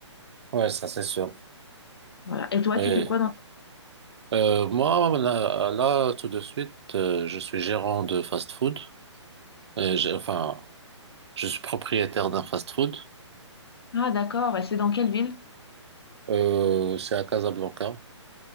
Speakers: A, on the right; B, on the left.
A: Ouais, ça c'est sûr.
B: Voilà. Et toi,
A: Oui.
B: tu fais quoi dans...
A: Euh, moi, là, là, tout de suite, euh, je suis gérant de fast-food. Et j'ai- Enfin, je suis propriétaire d'un fast-food.
B: ton... Ah d'accord, et c'est dans quelle ville?
A: Euh, c'est à Casablanca.